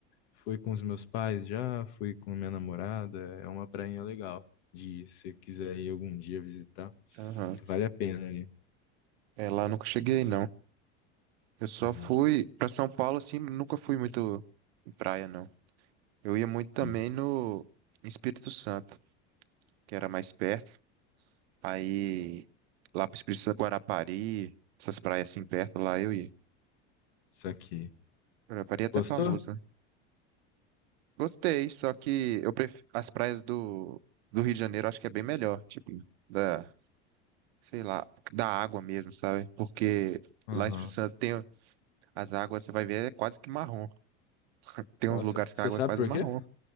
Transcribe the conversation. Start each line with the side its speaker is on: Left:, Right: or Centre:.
Left: Fui com os meus pais já, fui com minha namorada, é uma prainha legal de ir, se quiser ir algum dia visitar,
Right: Aham.
Left: vale a pena ali.
Right: É, lá eu nunca cheguei, não. Eu só
Left: Uhum,
Right: fui pra São Paulo, assim, nunca fui muito em praia, não. Eu ia muito também
Left: sim.
Right: no em Espírito Santo, que era mais perto. Aí, lá pro Espírito Santo, Guarapari, essas praias assim perto, lá eu ia.
Left: Isso aqui.
Right: Guarapari é até
Left: Gostou?
Right: famoso, né? Gostei, só que eu prefiro as praias do, do Rio de Janeiro, acho que é bem melhor, tipo, da, sei lá, da água mesmo, sabe? Porque
Left: Aham.
Right: lá em Espírito Santo tem as águas, você vai ver, é quase que marrom. <laughs> Tem
Left: Nossa,
Right: uns lugares que
Left: você
Right: a água
Left: sabe
Right: é quase
Left: por
Right: marrom.
Left: quê?